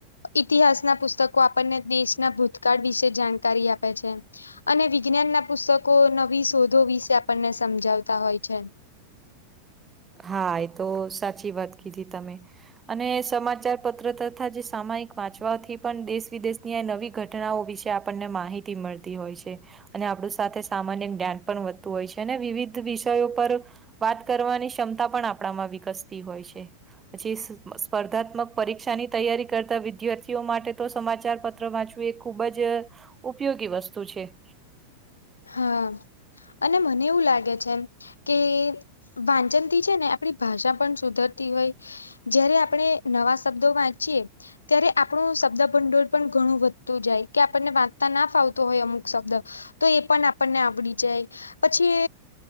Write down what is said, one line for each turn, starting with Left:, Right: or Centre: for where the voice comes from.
Left: ઇતિહાસના પુસ્તકો આપણને દેશના ભૂતકાળ વિશે જાણકારી આપે છે. અને વિજ્ઞાન ના પુસ્તકો નવી શોધો વિશે આપણને સમજાવતા હોય છે.
Right: હા એ તો સાચી વાત કીધી તમે. અને સમાચાર પત્ર તથા જે સામાયિક વાંચવાથી પણ દેશ વિદેશ ની આ નવી ઘટ ઘટનાઓ વિશે આપણને માહિતી મળતી હોય છે. અને આપણું સાથે સામાન્ય જ્ઞાન પણ વધતું હોય છે અને વિવિધ વિષયો પર વાત કરવાની ક્ષમતા પણ આપણામાં વિકસતી હોય છે. પછી એ સ સ્પર્ધાત્મક પરીક્ષાની તૈયારી કરતા વિદ્યાર્થીઓ માટે તો સમાચાર પત્ર વાંચવું એ ખુબ જ ઉપયોગી વસ્તુ છે.
Left: હા અને મને એવું લાગે છે કે વાંચનથી છે ને આપણી ભાષા પણ સુધરતી હોય જયારે આપણે નવા શબ્દો વાંચીએ ત્યારે આપણું શબ્દ ભંડોળ પણ ઘણું વધતું જાય કે આપણને વાંચતા ના ફાવતું હોય અમુક શબ્દ તો એ પણ આપણને આવડી જાય પછી